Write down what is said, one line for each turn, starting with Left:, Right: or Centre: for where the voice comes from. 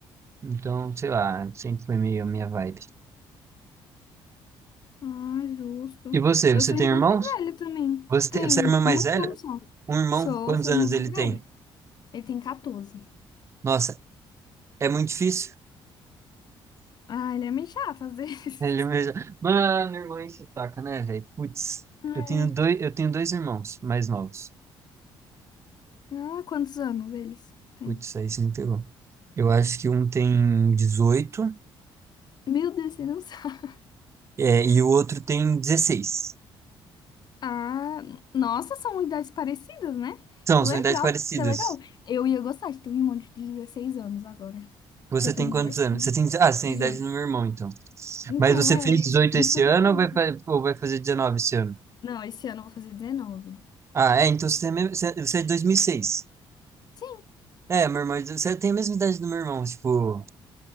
Right: Então, sei lá, sempre foi meio a minha vibe.
Left: Ah, justo.
Right: E você,
Left: Eu
Right: você
Left: sou
Right: tem
Left: a irmã
Right: irmãos?
Left: mais velha também.
Right: Você,
Left: Tenho
Right: tem- você é a irmã mais
Left: um irmão
Right: velha?
Left: só.
Right: Um irmão,
Left: Sou,
Right: quantos
Left: sou
Right: anos
Left: a irmã mais
Right: ele
Left: velha.
Right: tem?
Left: Ele tem 14.
Right: Nossa, é muito difícil. <laughs>
Left: Ah, ele é meio chato às vezes.
Right: Ele
Left: <laughs>
Right: mesmo... Mano, irmão enche o taco, né, velho? Putz,
Left: É.
Right: eu tenho dois, eu tenho dois irmãos mais novos.
Left: Ah, quantos anos eles têm?
Right: Putz, aí você me pegou. Eu acho que um tem 18
Left: Meu Deus, você não <laughs> sabe.
Right: é, e o outro tem dezesseis
Left: Ah, nossa, são idades parecidas, né?
Right: São,
Left: Que legal,
Right: são idades parecidas.
Left: deve ser legal. Eu ia gostar de ter um irmão de 16 anos agora.
Right: Você
Left: Que eu tenho
Right: tem quantos
Left: 18
Right: anos?
Left: também.
Right: Você tem, ah, você tem
Left: 18.
Right: a idade do meu irmão, então.
Left: Então,
Right: Mas você
Left: é,
Right: fez 18
Left: eu- por
Right: esse
Left: isso que eu
Right: ano
Left: tô falando.
Right: ou vai, fa- ou vai fazer 19 esse ano?
Left: Não, esse ano eu vou fazer 19
Right: Ah, é, então você, tem a mesma- você é, você é de 2006.
Left: Sim.
Right: É, meu irmão, é você tem a mesma idade do meu irmão, tipo,